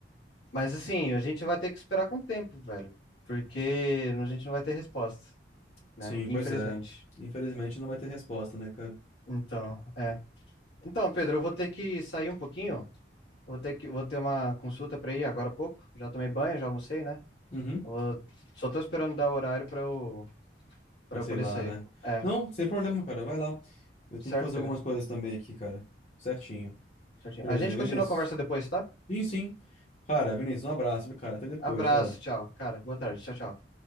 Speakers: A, on the left; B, on the left.
A: Mas assim, a gente vai ter que esperar com o tempo, velho, porque a gente não vai ter resposta, né?
B: Sim,
A: Infelizmente.
B: pois é. Infelizmente não vai ter resposta, né, cara?
A: Então, é. Então, Pedro, eu vou ter que sair um pouquinho, vou ter que, vou ter uma consulta para ir agora há pouco. Já tomei banho, já almocei, né?
B: Uhum,
A: Eu vou- Só tô esperando dar o horário para eu para
B: pra sei
A: eu poder
B: lá,
A: sair.
B: né?
A: É,
B: Não, sem problema, cara, vai lá. Eu tenho
A: certo,
B: que fazer
A: Pedro?
B: algumas coisas também aqui, cara. Certinho.
A: Certinho.
B: Beleza,
A: A gente
B: Vinícius?
A: continua a conversa depois, tá?
B: Sim, sim. Cara, Vinícius, um abraço, viu, cara? Até depois,
A: Abraço,
B: velho.
A: tchau, cara. Boa tarde, tchau, tchau.